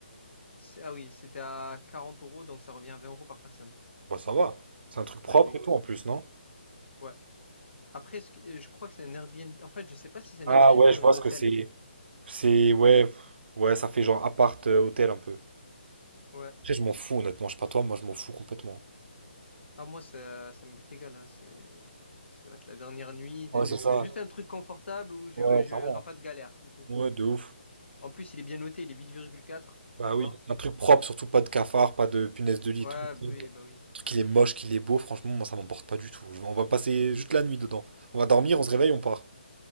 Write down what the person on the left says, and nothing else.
c'est- Ah oui, c'était à 40 euros. Donc, ça revient à 20 euros par personne
la nuit.
Ouais. Après, est-ce que- euh, je crois que c'est un Airbnb. En fait, je sais pas si c'est
un Airbnb
ou
un hôtel.
Ouais.
Ah, moi, ça, ça m'est égal. Hein. C'est, ça va être la dernière nuit.
Je,
je
veux juste un truc confortable où je,
ouais,
je n'aurai pas de galère, c'est tout.
En plus, il est bien noté. Il est huit virgule quatre
Ça va?
Ouais,
bah
oui, bah oui.